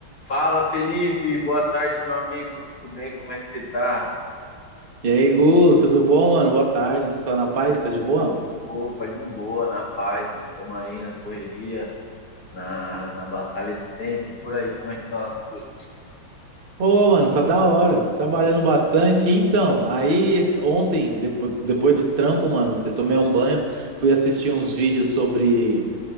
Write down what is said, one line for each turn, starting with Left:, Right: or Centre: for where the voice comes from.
Left: Fala, Felipe. Boa tarde, meu amigo. Tudo bem? Como é que você tá?
Right: E aí, Gu, tudo bom, mano? Boa tarde, só na paz, tá de boa?
Left: Opa, de boa, na paz, mano. Estamos aí na correria, na, na batalha de sempre. Por aí, como é que estão as coisas?
Right: Ô, mano, tá da hora, trabalhando bastante. Então, aí esse- ontem, depo- depois do trampo, mano, eu tomei um banho, fui assistir uns vídeos sobre